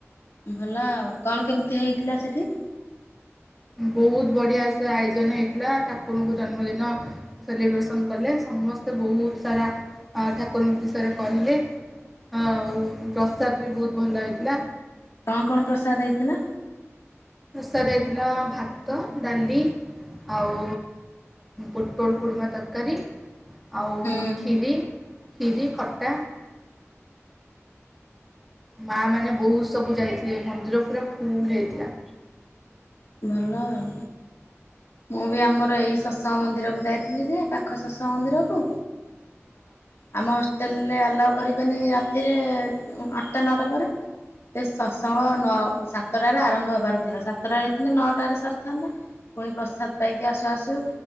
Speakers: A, on the left; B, in the centre.
A: ଭଲ ଆଉ କଣ କେମିତି ହେଇଥିଲା ସେଠି?
B: ବହୁତ ବଢିଆ ସେ ଆୟୋଜନ ହେଇଥିଲା ଠାକୁରଙ୍କୁ ଜନ୍ମଦିନ। ସେଲିବ୍ରେସନ କଲେ ସମସ୍ତେ ବହୁତ ସାରା ଠାକୁରଙ୍କ ବିଷୟରେ କହିଲେ। ହଁ ଆଉ ପ୍ରସାଦ ବି ବହୁତ ଭଲ ହେଇଥିଲା।
A: କଣ କଣ ପ୍ରସାଦ ହେଇଥିଲା?
B: ପ୍ରସାଦ ହେଇଥିଲା ଭାତ, ଡାଲି ଆଉ ପୋଟୋଳ କୁଡ଼ମା ତରକାରୀ, ଆଉ
A: ହୁଁ
B: କ୍ଷୀରି କ୍ଷୀରି ଖଟା ମା ମାନେ ବହୁତ ସବୁ ଯାଇଥିଲେ ମନ୍ଦିର ପୁରା ଫୁଲ ହେଇଥିଲା।
A: ଭଲ ଆଉ। ମୁଁ ବି ଆମର ଏଇ ସତସଙ୍ଗ ମନ୍ଦିରକୁ ଯାଇଥିଲି ଯେ ପାଖ ସତସଙ୍ଗ ମନ୍ଦିର। ହ ଆମ ହଷ୍ଟେଲରେ ଆଲାଉ କରିବେନି ରାତିରେ ଆଠଟା ନଅଟା ପରେ। ତ ସତସଙ୍ଗ ନଅ ସାତଟାରେ ଆରମ୍ଭ ହେବାର ଥିଲା ସାତଟାରେ ହେଇଥିଲେ ନଅଟାରେ ସରିଥାନ୍ତା ପୁଣି ପ୍ରସାଦ ପାଇକି ଆସୁ ଆସୁ